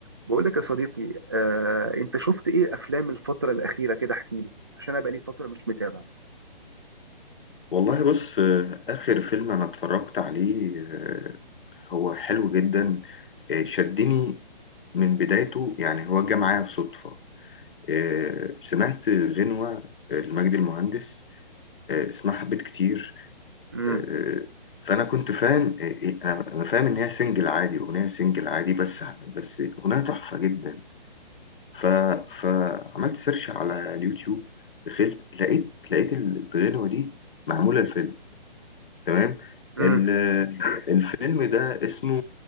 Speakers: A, on the right (about 25°); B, on the left (about 65°).
A: بقول لك يا صديقي آه، انت شفت ايه افلام الفتره الاخيره كده احكي لي عشان انا بقالي فتره مش متابع
B: والله بص آه، آخر فيلم أنا اتفرجت عليه آه، هو حلو جدا آه، شدني من بدايته يعني هو جه معايا صدفة آه، سمعت غنوة آه، لمجد المهندس آه، اسمها حبيت كتير
A: امم
B: آه، فأنا كنت فاهم آه، آه، أنا أنا فاهم إن هي سنجل عادي أغنية سنجل عادي بس بس أغنية تحفة جدا ف... فعملت سيرش على اليوتيوب دخلت لقيت لقيت الغنوة دي معمولة الفيلم تمام
A: امم
B: ال- الفيلم ده اسمه